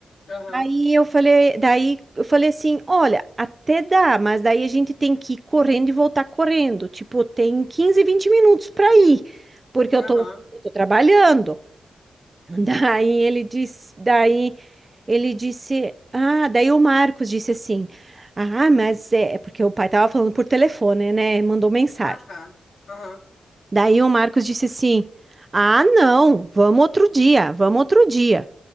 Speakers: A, on the left; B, on the right.
A: Aham,
B: Aí eu falei, daí eu falei assim, olha, até dá, mas daí a gente tem que ir correndo e voltar correndo. Tipo, tem 15, 20 minutos para ir, porque eu
A: aham.
B: tô, eu tô trabalhando. <laughs> Daí ele disse, daí ele disse, ah, daí o Marcos disse assim, ah, mas é, é porque o pai tava falando por telefone, né? Mandou mensagem.
A: Ah, tá. Aham.
B: Daí o Marcos disse assim, ah, não, vamos outro dia, vamos outro dia.